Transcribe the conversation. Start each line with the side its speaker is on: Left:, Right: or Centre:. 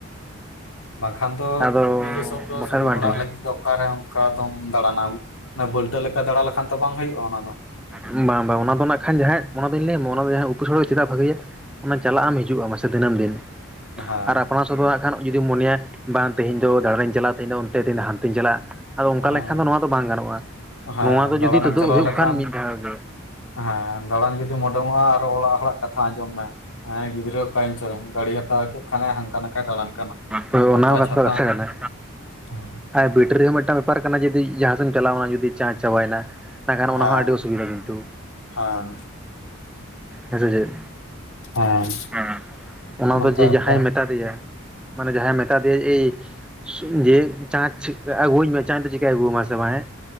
Left: ᱵᱟᱝᱠᱷᱟᱱ ᱫᱚ
Centre: ᱟᱫᱚ
Left: ᱱᱤᱡᱮ ᱥᱚᱵᱫᱚ
Centre: ᱵᱟᱠᱷᱟᱡ
Left: ᱥᱩᱫᱷᱩ
Centre: ᱫᱚ ᱵᱟᱝ
Left: ᱚᱲᱟᱜ
Centre: ᱴᱷᱤᱠ
Left: ᱞᱟᱹᱜᱤᱫ ᱫᱚ ᱚᱠᱟᱨᱮᱦᱚᱢ ᱠᱟ ᱫᱚᱢ ᱫᱟᱬᱟᱱᱟᱢ ᱵᱟᱹᱞᱴᱟᱹ ᱞᱮᱠᱟ ᱫᱟᱬᱟ ᱞᱮᱠᱷᱟᱱ ᱛᱚ ᱵᱟᱝ ᱦᱩᱭᱩᱜᱼᱟ ᱚᱱᱟ ᱫᱚ᱾
Centre: ᱵᱟᱝ ᱵᱟᱝ ᱚᱱᱟ ᱫᱚ ᱱᱟᱜ ᱠᱷᱟᱱ ᱡᱟᱦᱟᱸ ᱚᱱᱟ ᱫᱚᱧ ᱞᱟᱹᱭᱟ ᱚᱱᱟ ᱫᱚ ᱩᱛᱟᱹᱨᱟᱹᱣ ᱪᱮᱫᱟᱜ ᱵᱷᱟᱜᱤᱭᱟ? ᱚᱱᱟ ᱪᱟᱞᱟᱜ ᱟᱢ ᱦᱤᱡᱩᱜᱼᱟᱢ ᱢᱟᱥᱮ ᱫᱤᱱᱟᱹᱢ ᱫᱤᱱ
Left: ᱦᱮᱸ
Centre: ᱟᱨ ᱟᱯᱱᱟᱨ ᱠᱚᱫᱚ ᱦᱟᱸᱜ ᱠᱷᱟᱱ ᱡᱩᱫᱤᱢ ᱢᱚᱱᱮᱭᱟ ᱵᱟᱝ ᱛᱮᱦᱮᱧ ᱫᱚ ᱫᱬᱟᱱᱤᱧ ᱪᱟᱞᱟᱜᱼᱟ, ᱛᱮᱦᱮᱧ ᱫᱚ ᱚᱱᱛᱮ ᱛᱮᱦᱮᱧ ᱫᱚ ᱦᱟᱱᱛᱮᱧ ᱪᱟᱞᱟᱜᱼᱟ ᱟᱫᱚ ᱚᱝᱠᱟ
Left: ᱦᱮᱸ
Centre: ᱞᱮᱠᱷᱟᱱ ᱫᱚ ᱱᱚᱣᱟ ᱫᱚ ᱵᱟᱝ ᱜᱟᱱᱚᱜᱼᱟ,
Left: ᱦᱮᱸ
Centre: ᱱᱚᱣᱟ ᱫᱚ
Left: ᱫᱟᱬᱟᱱᱮᱢ
Centre: ᱡᱩᱫᱤ ᱛᱩᱫᱩᱜ
Left: ᱪᱟᱞᱟᱣ
Centre: ᱦᱩᱭᱩᱜ
Left: ᱞᱮᱠᱷᱟᱱ
Centre: ᱠᱷᱟᱱ ᱢᱤᱫ ᱫᱷᱟᱣ ᱜᱮ᱾
Left: ᱦᱮᱸ ᱫᱟᱬᱟᱱ ᱡᱩᱫᱤᱢ ᱚᱰᱚᱝᱚᱜᱼᱟ ᱟᱨᱦᱚᱸ ᱚᱲᱟᱜ ᱦᱚᱲᱟᱜ ᱠᱟᱛᱷᱟ ᱟᱸᱡᱚᱢ ᱢᱮ ᱦᱮᱸ ᱜᱤᱫᱽᱨᱟᱹ ᱚᱠᱟᱭᱮᱱ ᱪᱚᱭ, ᱜᱟᱹᱲᱤ ᱦᱟᱛᱟᱣ ᱠᱮᱫ ᱠᱟᱱᱟᱭ ᱦᱟᱱᱠᱟ ᱱᱟᱠᱟᱭ ᱫᱟᱲᱟᱱ ᱠᱟᱱᱟ
Centre: ᱦᱳᱭ
Left: ᱯᱟᱛᱟ
Centre: ᱚᱱᱟ ᱦᱚᱸ ᱠᱟᱛᱷᱟ
Left: ᱪᱷᱟᱛᱟ
Centre: ᱫᱚ ᱠᱟᱛᱷᱟ ᱠᱟᱱᱟ
Left: ᱦᱩᱸ᱾
Centre: ᱟᱨ ᱵᱮᱴᱨᱤ ᱦᱚᱸ ᱢᱤᱫᱴᱟᱝ ᱵᱮᱯᱟᱨ ᱠᱟᱱᱟ ᱡᱩᱫᱤ ᱡᱟᱦᱟᱸᱥᱮᱫᱮᱢ ᱪᱟᱞᱟᱣ ᱠᱟᱱᱟ ᱡᱩᱫᱤ ᱪᱟᱨᱡᱽ ᱪᱟᱵᱟᱭᱱᱟ᱾ ᱱᱟᱠᱷᱟᱱ ᱚᱱᱟ
Left: ᱦᱮᱸ
Centre: ᱦᱚᱸ ᱟᱹᱰᱤ ᱚᱥᱩᱵᱤᱫᱷᱟ ᱠᱤᱱᱛᱩ
Left: ᱦᱮᱸ
Centre: ᱦᱮᱸᱥᱮᱪᱮᱫ᱾
Left: ᱦᱮᱸ
Centre: ᱦᱮᱸ ᱚᱱᱟ
Left: ᱚᱱᱠᱟ
Centre: ᱫᱚ ᱡᱮ
Left: ᱵᱮᱯᱟᱨ
Centre: ᱡᱟᱦᱟᱸᱭ ᱢᱮᱛᱟ ᱫᱮᱭᱟ ᱢᱟᱱᱮ ᱡᱟᱦᱟᱸ ᱢᱮᱛᱟ ᱮᱭ ᱡᱮ ᱪᱟᱸᱪ ᱟᱹᱜᱩᱟᱹᱧ ᱢᱮ ᱪᱟᱸᱪ ᱫᱚ ᱪᱤᱠᱟᱭ ᱟᱹᱜᱩ ᱣᱟᱢᱟ ᱥᱮ ᱵᱟᱝ ᱦᱮᱸ